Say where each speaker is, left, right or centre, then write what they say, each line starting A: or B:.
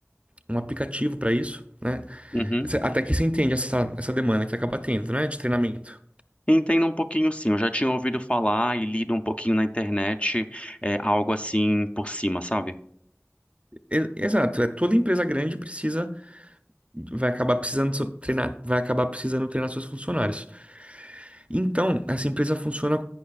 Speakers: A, on the right; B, on the left.
A: um aplicativo para isso. Né?
B: uhum.
A: Até que você entende essa, essa demanda que acaba tendo, né? De treinamento.
B: Entendo um pouquinho, sim. Eu já tinha ouvido falar e lido um pouquinho na internet, é, algo assim por cima, sabe?
A: E- Exato, é toda empresa grande precisa vai acabar precisando so- treinar, vai acabar precisando treinar seus funcionários. Então, essa empresa funciona